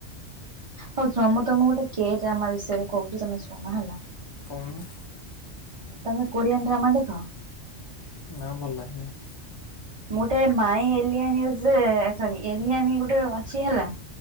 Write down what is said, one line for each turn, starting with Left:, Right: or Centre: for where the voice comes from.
Right: ହଉ ଶୁଣ ମୁଁ ତମକୁ ଗୋଟେ କେ ଡ୍ରାମା ବିଷୟରେ କହୁଛି ତମେ ଶୁଣ ହେଲା।
Left: କହୁନୁ?
Right: ତମେ କୋରିଆନ୍ ଡ୍ରାମା ଦେଖ।
Left: ନା ଭଲ ଲାଗେ ନାଇଁ।
Right: ମୁଁ ଗୋଟେ ମାଇ ଏ ଏଲିଆନି ସରି ଏଲିଆନି ଗୋଟେ ଅଛି ହେଲା।